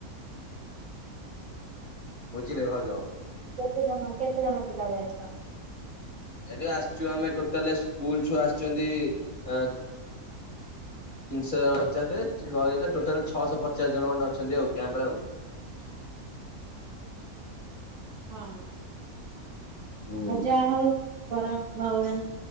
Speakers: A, on the left (about 35°); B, on the right (about 60°).
A: ବୁଝିଲେ ଭାଉଜ?
B: କେତେ ଜଣ, କେତେ ଜଣ ପିଲା ଯାଇଚ?
A: ଏଠି ଆସିଚୁ ଆମେ ଟୋଟାଲେ, ସ୍କୁଲ ଛୁଆ ଆସିଚନ୍ତି, ଆଁ ତିନିଶହ ଜଣ ଅଚନ୍ତି, ଟୋଟାଲ ଛଅଶ ପଚାଶ ଜଣ ଖଣ୍ଡେ ଅଛନ୍ତି ଆଉ, କ୍ୟାମ୍ପ ରେ ଆଉ।
B: ହଁ ଅଁ
A: ହୁଁ
B: ଆଉ ଯାହା ହଉ, କର ଭଗବାନ